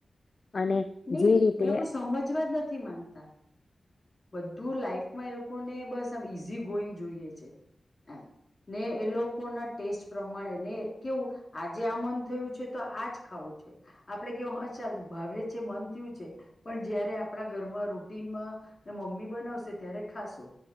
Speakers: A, on the left (about 55°); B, on the left (about 35°).
A: અને
B: નહી
A: જે રીતે
B: એ લોકો સમજવા જ નથી માનતા, બધું લાઈફ એ લોકો ને બસ આમ ઈઝી ગોઈંગ જોઈએ છે, એમ ને એ લોકો ના ટેસ્ટ પ્રમાણે ને કેવું આજે આ મન થયું છે તો આજ ખાવું છે, આપડે કેવ હ ચાલ ભ મન થયું છે, પણ જયારે આપણા ઘરમાં રૂટીનમાં, મમ્મી બનાવશે ત્યારે ખાશું